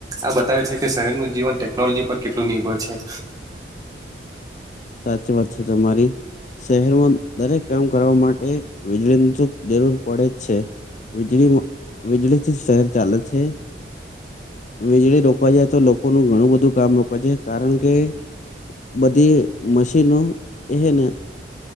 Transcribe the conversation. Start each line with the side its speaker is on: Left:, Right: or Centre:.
Right: આ બતાવે છે કે શહેરનું જીવન ટેકનોલોજી પર કેટલું નિર્ભર છે
Left: સાચી વાત છે તમારી શહેરમાં દરેક કામ કરવા માટે વિજલન્સ જરૂર પડે જ છે વીજળી વીજળીથી શહેર ચાલે છે વીજળી રોકવા જાય તો લોકોનું ઘણું બધું કામ રોકવા જ કારણ કે બધી મશીનો એને